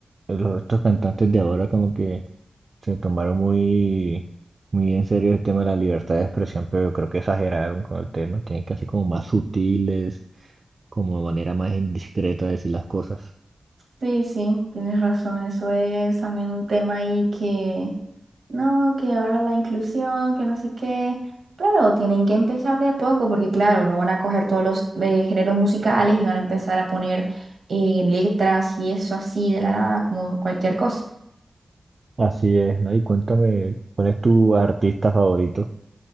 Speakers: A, on the right (about 45°); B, on the right (about 70°).
A: los, estos cantantes de ahora como que se tomaron muy, muy en serio el tema de la libertad de expresión, pero yo creo que exageraron con el tema. Tienen que ser como más sutiles, como de manera más indiscreta de decir las cosas.
B: Sí, sí, tienes razón. Eso es también un tema ahí que, no, que ahora la inclusión, que no sé qué, pero tienen que empezar de a poco porque claro, no van a coger todos los eh, géneros musicales y van a empezar a poner eh, letras y eso así de la nada, como cualquier cosa.
A: Así es, ¿no? Y cuéntame, ¿cuál es tu artista favorito?